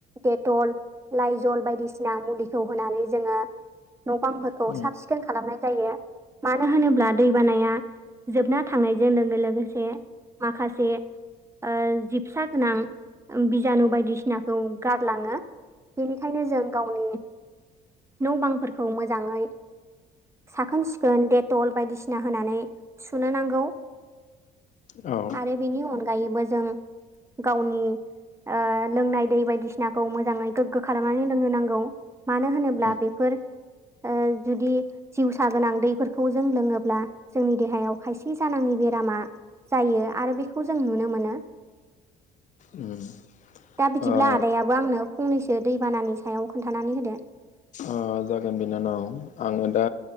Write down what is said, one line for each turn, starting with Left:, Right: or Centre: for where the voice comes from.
Right: डेटल लाइजल बायदिसिना मुलिखौ होनानै जोङो न' बांफोरखौ
Left: उम
Right: साब सिखोन खालामनाय जायो मानो होनोब्ला दैबानाया जोबना थांनायजों लोगो लोगोसे माखासे ओ जिबसा गोनां बिजानु बायदिसिनाखौ गारलाङो बेनिखायनो जों गावनि न' बांफोरखौ मोजाङै साखोन सिखोन डेटल बायदिसिना होनानै सुनो नांगौ
Left: औ
Right: आरो बेनि अनगायैबो जों गावनि ओ लोंनाय दै बायदिसिनाखौ मोजाङै गोग्गो खालामनानै लोंनो नांगौ मानो होनोब्ला
Left: उम
Right: बेफोर ओ जुदि जिउसा गोनां दैफोरखौ जों लोङोब्ला जोंनि देहायाव खायसे जानाङि बेरामा जायो आरो बेखौ जों नुनो मोनो
Left: उम
Right: दा बिदिब्ला
Left: ओ
Right: आदायाबो आंनो फंनैसो दैबानानि सायाव खोन्थानानै होदो
Left: ओ जागोन बिनानाव आङो दा